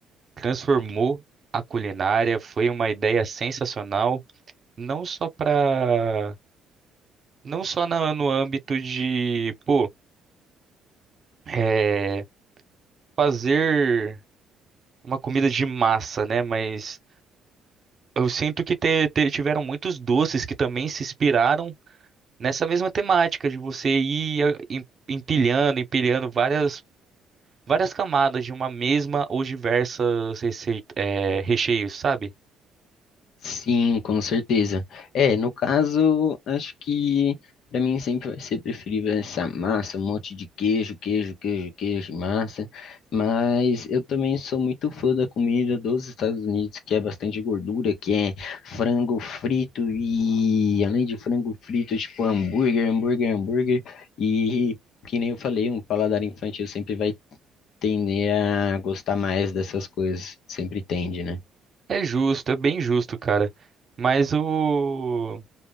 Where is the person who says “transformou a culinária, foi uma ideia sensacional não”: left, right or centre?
Right